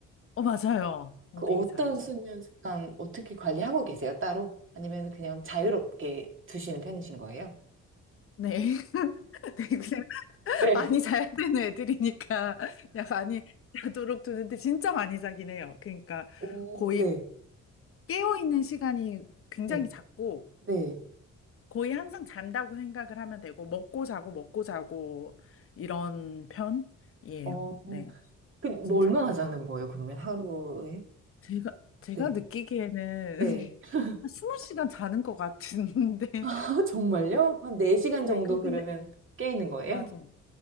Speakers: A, on the left; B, on the right.
A: 어, 맞아요. 어,
B: 그
A: 되게
B: 어떤
A: 잘하시네.
B: 수면 습관 어떻게 관리하고 계세요, 따로? 아니면 그냥 자유롭게 두시는 편이신 거예요?
A: 네. <laughs> 네, 그냥
B: 네.
A: 많이 자야 되는 애들이니까 그냥 많이 자도록 두는데 진짜 많이 자긴 해요. 그러니까
B: 오,
A: 거의
B: 네,
A: 깨어있는 시간이 굉장히
B: 네,
A: 작고
B: 네.
A: 거의 항상 잔다고 생각을 하면 되고 먹고 자고 먹고 자고 이런 편이에요.
B: 어,
A: 네.
B: 그럼
A: 진짜
B: 뭐 얼마나
A: 많아요.
B: 자는 거예요, 그러면 하루에?
A: 제가, 제가
B: 네,
A: 느끼기에는
B: 네.
A: <laughs>
B: <laughs>
A: 한 20시간 자는 것 같은데. <laughs>
B: 아, 정말요? 한 4시간
A: 네,
B: 정도
A: 그, 근데,
B: 그러면 깨 있는 거예요?
A: 맞아.